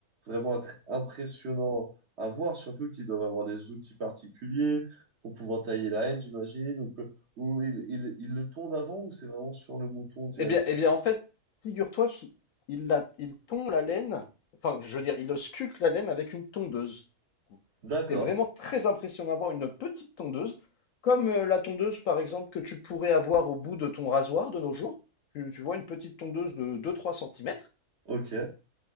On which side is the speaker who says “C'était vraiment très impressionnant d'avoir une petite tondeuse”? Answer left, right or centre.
Left